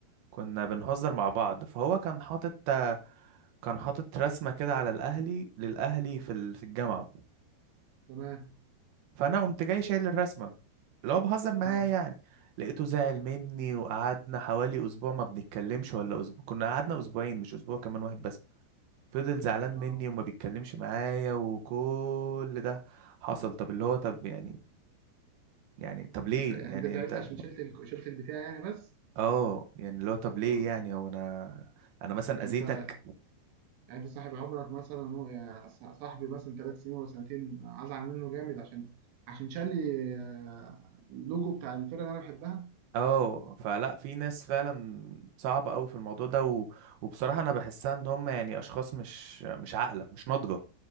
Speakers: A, on the right; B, on the right.
A: كنا بنهزر مع بعض فهو كان حاطط كان حاطط رسمة كده على الاهلي للاهلي في ال- في الجامعة
B: تمام
A: فانا قمت جاي شايل الرسمة اللي هو بهزر معاه
B: اه
A: يعني لقيته زعل مني وقعدنا حوالي اسبوع ما بنتكلمش ولا اسبوع كنا قعدنا اسبوعين مش اسبوع كمان واحد بس فضل زعلان
B: اه
A: مني وما بيتكلمش معايا وكل ده حصل طب اللي هو طب يعني يعني طب ليه
B: انت يعني
A: يعني
B: انت زعلت
A: انت
B: عشان شلت ال- شلت البتاع يعني بس
A: اه يعني اللي هو طب ليه
B: آه.
A: يعني هو انا انا مثلا
B: انت
A: اذيتك
B: يعني انت صاحب عمرك مثلا مو- يعني ص- صاحبي مثلا ثلاث سنين ولا سنتين ازعل منه جامد عشان عشان شال لي آه، اللوجو بتاع الفرقه اللي انا بحبها
A: اه فلا في ناس فعلا صعبة قوي في الموضوع ده و... وبصراحة انا بحسها ان هم يعني اشخاص مش مش عاقلة مش ناضجة